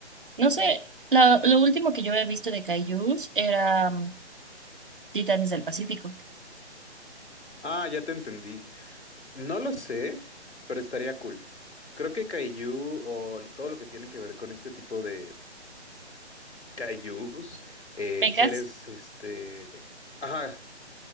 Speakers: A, on the right; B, on the left.
A: no sé, la- lo último que yo he visto de kaijus era mm, Titanes del Pacífico.
B: Ah, ya te entendí. No lo sé, pero estaría cool. Creo que Caillou o todo lo que tiene que ver con este tipo de Kaijus, eh,
A: ¿Vegas?
B: seres, este, ajá,